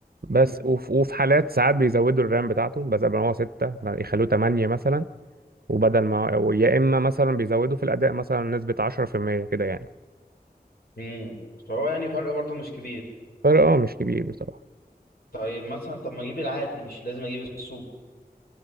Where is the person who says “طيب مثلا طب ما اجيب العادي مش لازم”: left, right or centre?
Left